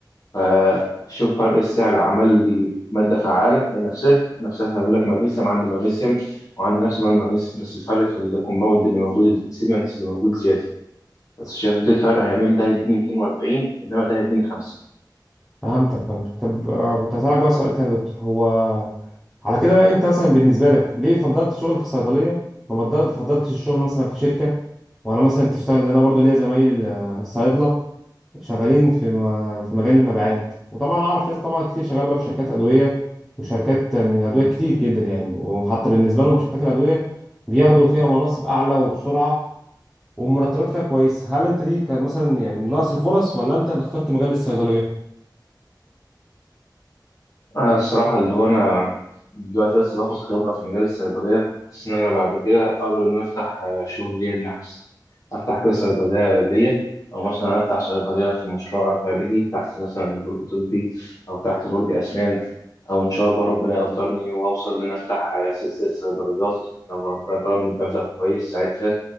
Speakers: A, on the left; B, in the centre.
A: فشوف فرق السعر عمل لي مادة فعالة لنفسها نفسها هيقول لك مغنيسيوم عندي مغنيسيوم وعندي نفس نوع المغنيسيوم بس الفرق في الكومباوند اللي موجود الاكسبيرينس اللي موجود زيادة بس شايف ده الفرق هيعمل ده هيديني 240 انما ده هيديني 5
B: فهمتك فهمتك طب آه، كنت هسألك بقى سؤال تاني يا دكتور هو على كده بقى انت مثلا بالنسبة لك ليه فضلت شغل في الصيدلية ما بدل- فضلتش الشغل مثلا في شركة وانا مثلا تشتغل لان انا برضو ليا زمايل آه، صيادلة شغالين في م- في مجال المبيعات وطبعا اعرف ناس طبعا كتير شغاله بقى في شركات ادوية وشركات من ادوية كتير جدا يعني وحتى بالنسبة لهم شركات الادوية بياخدوا فيها مناصب اعلى وبسرعة والمرتبات فيها كويس هل انت دي كان مثلا يعني من نقص الفرص ولا انت اللي اخترت مجال الصيدلية
A: أنا الصراحة اللي هو أنا دلوقتي بس باخد خبرة في مجال الصيدلية بس إن أنا بعد كده أقدر إن أنا أفتح آه، شغل ليا لنفسي أفتح كده صيدلية ليا أو مثلا أفتح صيدلية في مشروع خارجي تحت مثلا برج طبي أو تحت برج أسنان أو إن شاء الله ربنا يقدرني وأوصل إن أنا أفتح آه، سلسلة صيدليات لو ربنا كرمني بمبلغ كويس ساعتها